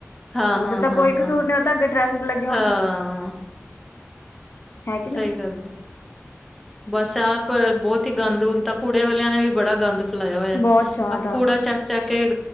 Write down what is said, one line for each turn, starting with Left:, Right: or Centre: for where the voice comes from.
Centre: ਹਾਂ-ਹਾਂ-ਹਾਂ-ਹਾਂ,
Left: ਉਹਦਾ ਤਾਂ ਕੋਈ ਕਸੂਰ-
Centre: ਹਾਂ
Left: ਨ ਔ ਤੇ ਅੱਗੇ, ਟਰੈਫਿਕ ਲੱਗਾ।
Centre: ਹਾਂ
Left: ਹੈ ਕਿ
Centre: ਸਹੀ
Left: ਨਹੀਂ
Centre: ਗੱਲ ਹੈ। ਬਸ ਆਪ, ਬਹੁਤ ਹੀ ਗੰਦ, ਹੁੰਣ ਤਾਂ, ਕੂੜੇ ਵਾਲਿਆਂ ਨੇ ਵੀ, ਬੜਾ ਗੰਦ। ਫਲਾਇਆ ਹੋਇਆ।
Left: ਬਹੁਤ ਜ਼ਿਆਦਾ
Centre: ਆ ਕੂੜਾ, ਚੱਕ- ਚੱਕ, ਕੇ